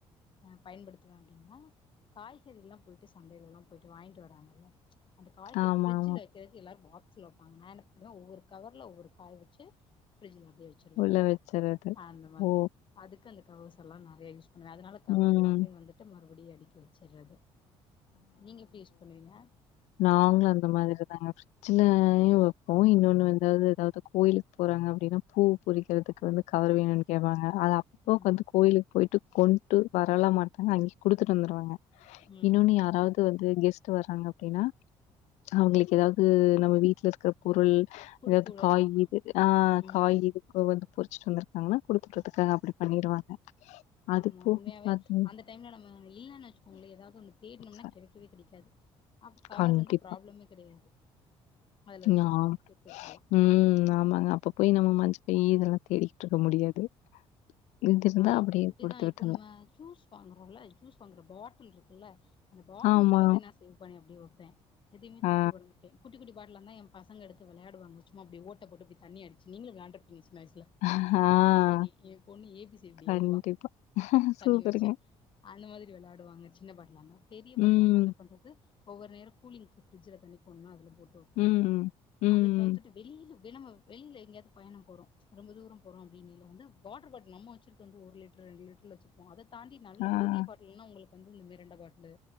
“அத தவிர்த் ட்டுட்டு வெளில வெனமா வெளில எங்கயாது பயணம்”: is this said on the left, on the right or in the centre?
Left